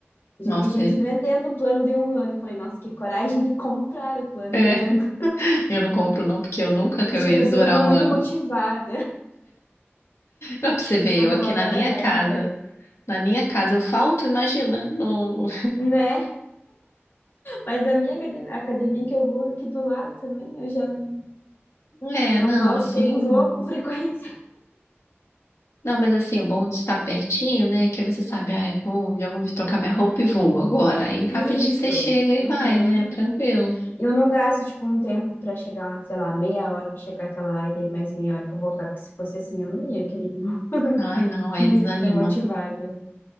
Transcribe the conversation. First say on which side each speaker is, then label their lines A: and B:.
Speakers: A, on the left; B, on the left.
A: Eu
B: nossa,
A: já vi gente
B: é.
A: vendendo o plano de um ano. Eu falei, nossa, que coragem de comprar o plano
B: É,
A: de um ano.
B: Eu não compro não, porque eu nunca que
A: Acho
B: eu
A: que
B: ia
A: a pessoa
B: durar
A: tava
B: um
A: muito
B: ano.
A: motivada.
B: Não, pra você
A: A pessoa
B: ver, eu
A: falou,
B: aqui
A: agora
B: na minha
A: vai,
B: casa,
A: não foi?
B: na minha casa eu falto, imagina. Não,
A: Né? Mas a minha acade- a academia que eu vou aqui do lado também, eu já não,
B: não- é,
A: não
B: não,
A: gosto,
B: assim...
A: não vou com frequência.
B: Não, mas assim, o bom de estar pertinho, né? Que você sabe, ah, eu vou, já vou trocar minha roupa e vou agora. Aí rapidinho
A: Isso.
B: você chega e
A: Uhum.
B: vai, né? Tranquilo.
A: Eu não gasto, tipo, um tempo pra chegar, sei lá, meia hora pra chegar até lá e daí mais meia hora pra voltar, porque se fosse assim eu não ia, querido. <laughs>
B: Ai, não, é,
A: Não
B: desanima.
A: ia ser motivada.